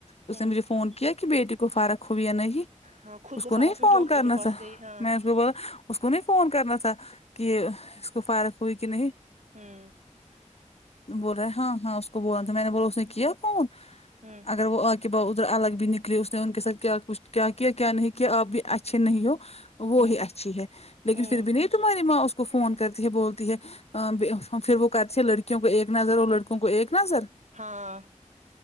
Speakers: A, on the left (about 55°); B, on the right (about 70°).
A: اس
B: ہ
A: نے مجھے فون کیا کہ بیٹی کو فرق ہوئی یا نہیں
B: ہاں خود
A: اس کو
B: فارغ
A: نہیں
B: ہوئی
A: فون
B: ڈاکٹر
A: کرنا
B: کے پاس
A: تھا
B: گئی ہاں
A: میں نے اس کو بولا اس کو نہیں فون کرنا تھا کہ اس کو فرق ہوئی کہ نہیں
B: ہوں
A: بول رہا ہے ہاں ہاں اس کو بولا تھا میں نے بولا اس نے کیا فون
B: ہمم
A: اگر وہ آ کے با ادھر الگ بھی نکلے اس نے ان کے ساتھ کیا کچھ کیا کیا کیا نہیں کیا آپ بھی اچھے نہیں ہو وہ
B: ہوں
A: ہی اچھی ہے لیکن
B: ہوں
A: پھر بھی نہیں تمہاری ماں اس کو فون کرتی ہے بولتی ہے آں بے پھر وہ کرتی ہے لڑکیوں کو ایک نظر اور لڑکوں کو ایک نظر
B: ہاں